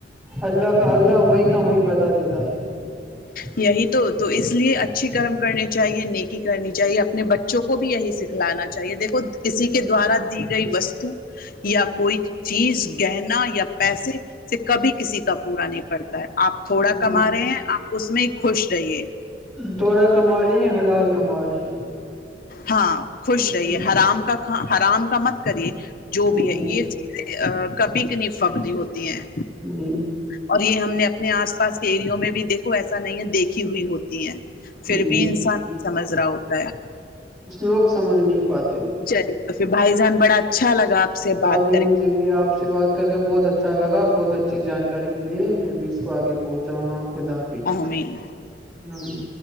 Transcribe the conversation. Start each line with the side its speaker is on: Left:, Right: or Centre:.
Right: اللہ کا اللہ وہیں کا وہیں بتا دیتا ہے <inaudible>
Left: یہی تو تو اس لیے اچھی کرم کرنی چاہیے نیکی کرنی چاہیے اپنے بچوں کو بھی یہی سے لانا چاہیے دیکھو کسی کے
Right: جی
Left: دوارا دی گئی وستو یا کوئی چیز گہنا یا پیسے سے کبھی کسی کا پورا نہیں پڑتا ہے آپ تھوڑا
Right: جی
Left: کما رہے ہیں آپ اس میں ہی خوش رہیے
Right: دوڑا کما رہی ہیں حلال کما رہی ہیں
Left: ہاں خوش
Right: جی
Left: رہیے حرام کا حرام کا مت کریے جو بھی
Right: جی
Left: ہے یہ چیزیں کبھی کینی فبی ہوتی ہیں
Right: <inaudible>
Left: اور یہ ہم نے اپنے آس پاس کے ایریوں میں بھی دیکھ ایسا نہیں ہے دیکھی ہوئی ہوتی ہے پھر
Right: جی
Left: بھی انسان سمجھ رہا ہوتا ہے
Right: لوگ سمجھ نہیں پاتے
Left: چلی تو پھر بھائی جان بڑا اچھا لگا سے بات
Right: جی
Left: کر
Right: مجھے
Left: کے
Right: بھی آپ سے بات کر کے بہت اچھا لگا بہت اچھا ای جانکاری ملی ہے میں بھی اس کو آگے پہنچاؤں گا خدا پچ
Left: آمین
Right: جی